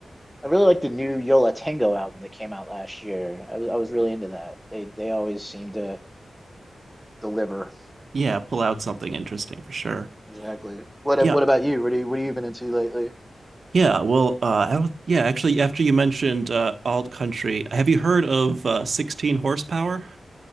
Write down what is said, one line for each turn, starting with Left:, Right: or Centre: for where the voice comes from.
Centre: I really like the new Yola Tango album that came out last year. I was I was really into that. They they always seem to deliver.
Right: Yeah, pull out something interesting for sure.
Centre: Exactly. What
Right: Yeah.
Centre: What about you? What do you What have you been into lately?
Right: Yeah, well, uh, I don't, yeah, actually, after you mentioned uh, alt country, have you heard of uh, 16 horsepower?